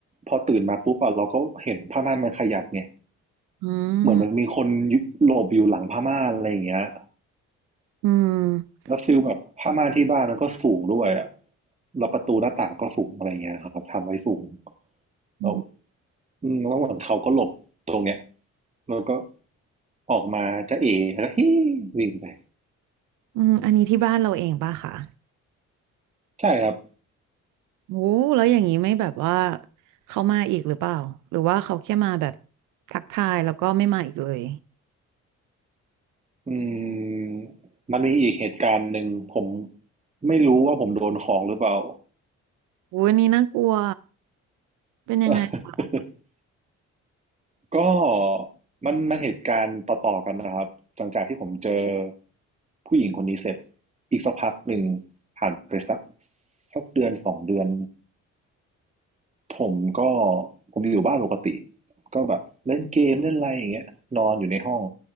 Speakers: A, on the right; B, on the right.
A: พอตื่นมาปุ๊บอะเราก็เห็นผ้าม่านมันขยับไง
B: อืม
A: เหมือนมันมีคนหลบอยู่หลังผ้าม่านอะไรอย่างเงี้ย
B: อืม
A: แล้วฟิลแบบผ้าม่านที่บ้านมันก็สูงด้วยอะแล้วประตูหน้าต่างก็สูงอะไรเงี้ยครับทำไว้สูง เราว
B: อืม
A: อืมแล้วเหมือนเขาก็หลบตรงเนี้ยแล้วก็ออกมาจะเอแล้วฮิวิ่งไป
B: อืมอันนี้ที่บ้านเราเองปะคะ
A: ใช่ครับ
B: โอ้แล้วอย่างนี้ไม่แบบว่าเขามาอีกหรือเปล่าหรือว่าเขาแค่มาแบบทักทายแล้วก็ไม่มาอีกเลย
A: อืมมันมีอีกเหตุการณ์หนึ่งผมไม่รู้ว่าผมโดนของหรือเปล่า
B: โอ้ยอันนี้น่ากลัวเป็นยังไงคะ
A: <laughs> ก็มันมันเหตุการณ์ต่อๆกันนะครับหลังจากที่ผมเจอผู้หญิงคนนี้เสร็จอีกสักพักหนึ่งผ่านไปสักสักเดือนสองเดือน ผมก็ผมอยู่บ้านปกติก็แบบเล่นเกมเล่นอะไรอย่างเงี้ยนอนอยู่ในห้อง